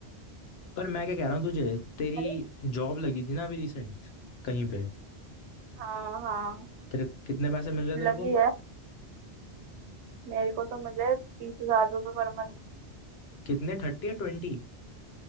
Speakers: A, on the left; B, on the right.
A: पर मैं क्या कह रहा हूँ तुझे तेरी
B: अरे
A: जॉब लगी थी ना अभी रिसेंट कहीं पे
B: हाँ हाँ
A: तेरे कितने पैसे मिल रहे तेरे
B: लगी
A: को
B: है मेरे को तो मुझे तीस हजार रुपये per month
A: कितने थर्टी या ट्वेंटी